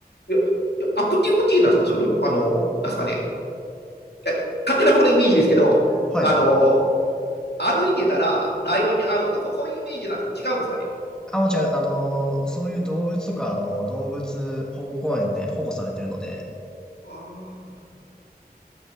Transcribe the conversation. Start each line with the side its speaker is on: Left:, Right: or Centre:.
Left: いや、いや、アクティブティーなんですかそれとも、あの、なんですかね。いや、勝手な僕のイメージですけど、
Centre: はい。
Left: あの、歩いてたらライオンに会うとか、そ、そういうイメージなんですか違うんですかね
Centre: あ、もちろん、あの、そういう動物とか、あの、動物保護公園で保護されてるので、
Left: ああ、なるほど